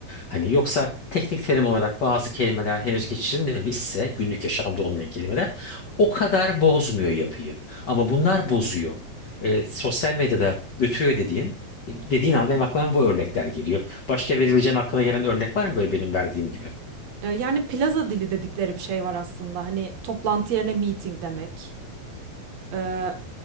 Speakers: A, on the left (about 45°); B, on the right (about 60°).
A: Hani yoksa teknik terim olarak bazı kelimeler henüz geçirilmemişse günlük yaşamda olmayan kelimeler o kadar bozmuyor yapıyı. Ama bunlar bozuyor. Ee, sosyal medyada götürüyor dediğin dediğin an benim aklıma bu örnekler geliyor. Başka verebileceğin aklına gelen örnek var mı böyle benim verdiğim gibi?
B: E, Yani plaza dili dedikleri bir şey var aslında. Hani toplantı yerine meeting demek. Ee,